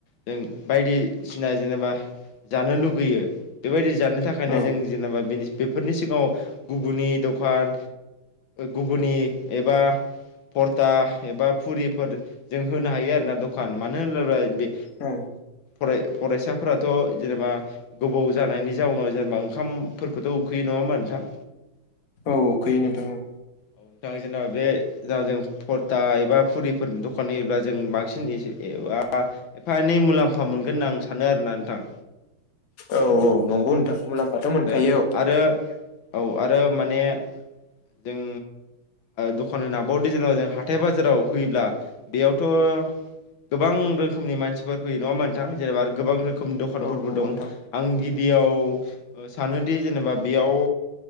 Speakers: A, on the left; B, on the left.
A: जों बायदिसिना जेनेबा जानो लुगैयो बेबायदि जानो थाखायनो
B: औ
A: जों जेनेबा बेफोरनि सिगाङाव गुबुननि दं। दखान गुगनि एबा। परथा एबा फुरिफोर जों होनो हायो आरोना दखान मानो होनोब्ला बे।
B: औ
A: राय फरायसाफोराथ' जेनेबा गोबाव जानायनि जाउनाव जेनेबा ओंखामफोरखौथ' उखाै। उखैयो नङा होमबा नोंथां।
B: औ खैयो नोंथां औ।
A: औ नोंथाङ जेनेबा बे जेना जों <unintelligible> फरथा एबा फुरिफोरनि दखान होयोब्ला जों बांसिन ए एबा एफा एनै मुलाम्फा मोनव मोनगोन होनना आं सानो आरोना नोंथां।
B: औ औ नंगौ। नोंथां
A: औ
B: मुलाम्फाथ'
A: आरो
B: मोनखायो औ।
A: आरो औ आरो माने जों दखान होनाबावदो जेन जों हाथाय बाजाराव होयोब्ला बेयावथ' गोबां रोखोमनि मानसिफोर फैयो नङा ओमबा नोंथां जेनेबा आरो गोबां रोखोमनि दखानफोरबो
B: औ नंगौ
A: दं
B: नोंथां
A: आं गिबि याव सानोदि जेनेबा बेयाव